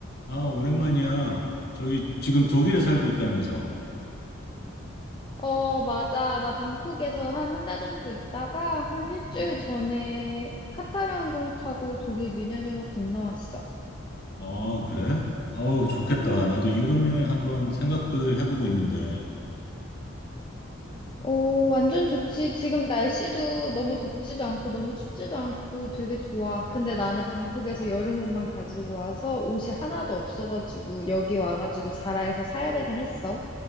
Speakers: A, on the left; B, on the left.
A: 아, 오랜만이야. 저기 지금 독일에 살고 있다면서.
B: 어, 맞아. 나 방콕에서 한 한달 정도 있다가 한 일주일
A: 음.
B: 전에 카타르 항공 타고 독일 뮌헨으로 건너왔어.
A: 아, 그래? 아우, 좋겠다.
B: 음
A: 나도 유럽 여행 한번 생각을 해보고 있는데.
B: 어, 완전 좋지. 지금 날씨도 너무 덥지도 않고 너무 춥지도 않고 되게 좋아. 근데 나는 방콕에서 여름 옷만 가지고 와서 옷이 하나도 없어가지고 여기 와가지고
A: 음.
B: 자라에서 사야 되긴 했어.